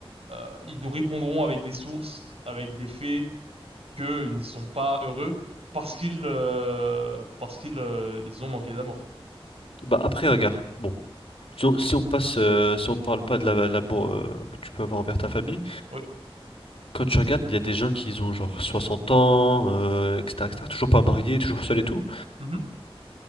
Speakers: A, on the right; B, on the left.
A: euh, ils nous répondront avec des sources, avec des faits, qu'ils ne sont pas heureux parce qu'ils euh, parce qu'ils euh, ils ont manqué d'amour.
B: Bah, après, regarde, bon, si on, si on passe, euh, si on parle pas de la- l'amour euh, que tu peux avoir envers ta famille,
A: Oui.
B: quand tu regardes, il y a des gens qui ont genre 60 ans, euh, etc., etc., toujours pas mariés, toujours seuls et tout.
A: Mhm.